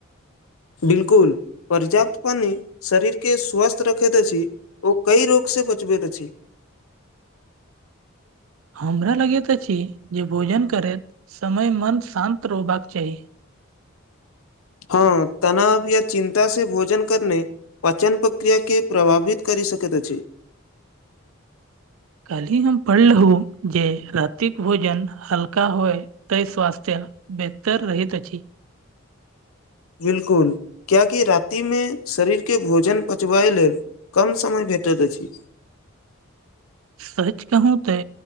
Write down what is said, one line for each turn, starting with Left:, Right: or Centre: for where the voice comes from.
Left: बिल्कुल पर्याप्त पानि शरीरके स्वस्थ रखैत अछि ओ कइ रोग से बचबैत अछि
Right: हमरा लगैत अछि जे भोजन करैत समय मन शान्त रहबाक चाही
Left: हँ तनाव या चिन्ता से भोजन करने पाचन प्रक्रिया के प्रभावित कर सकैत अछि
Right: कालहि हम पढ़लु जे रातिक भोजन हल्का होय तय स्वास्थ्य बेहतर रहैत अछि
Left: बिल्कुल कियाकी रातिमे शरीरके भोजन पचबाय लेल कम समय भेटैत अछि
Right: स <unintelligible> सच कहू ते